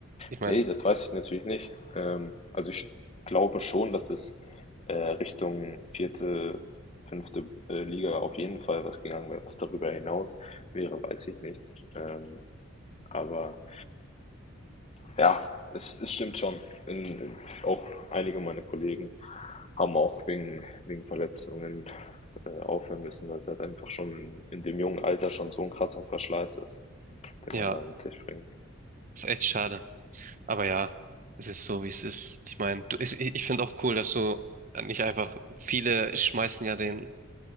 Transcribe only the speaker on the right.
Ich
meine,
ja,
ist echt schade. Aber ja, es ist so, wie es ist. Ich meine, du- ich, ich finde auch cool, dass du nicht einfach, viele schmeißen ja den,